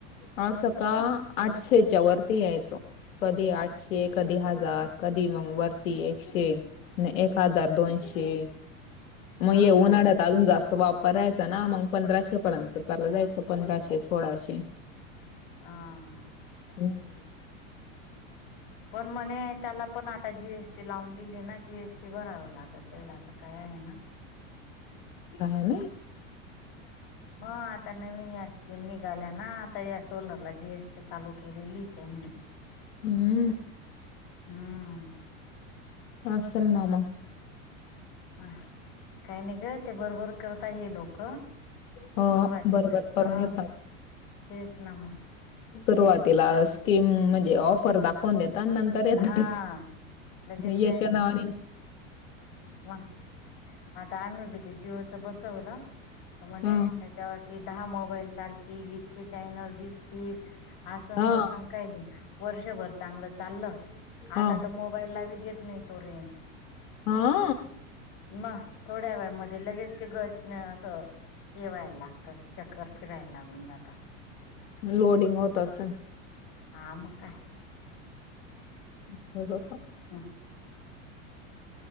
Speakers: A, on the left (about 90°); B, on the left (about 60°).
A: हा सकाळ आठशेच्या वरती यायच कधी आठशे कधी हजार कधी मग वरती एकशे नाही एक हजार दोनशे मग
B: ह
A: ये
B: का
A: उन्हाळ्यात चालून जास्त वापर राहायचा ना मग पंधराशे पर्यंत चालं जायचं पंधराशे सोळाशे
B: हा
A: हम्म
B: पण म्हणे त्याला पण आता जी. एस. टी लावून दिली ना जी. एस. टी बरावं लागत जाईल असं काय आहे ना.
A: काय आहे.
B: म आता नवीन या स्कीम निघाल्या ना आता या सोलरला जीएसटी चालू केलेली त्यांनी
A: हम्
B: हम्
A: ह असल नाम
B: काही नाही ग ते बरोबर करता हे लोक
A: हो
B: सुरवातीला
A: बरोबर करून
B: हह
A: घेता.
B: तेच ना म
A: सुरुवातीला स्कीम म्हणजे ऑफर दाखवून देत तन नंतर येत्
B: हा लगेच
A: येच्या नाव <unintelligible>
B: म आता आम्ही बी ते जीवच बसवलं म्हणे
A: हा
B: त्याच्यावर ते दहा मोबाईल चालतील इतके चॅनल दिसतील आंत
A: हा
B: <unintelligible> काही नाही वर्षभर चांगलं चाललं
A: हा
B: आता तर मोबाईलला बी देत नाही तो रेंज
A: हा
B: म थोड्या वेळामध्येध्ये लगेच ते गट असं येवायला लागतात चक्कर फिरायला लागून जातं
A: लोडिंग होत अस
B: आ म काय?
A: स ह
B: हा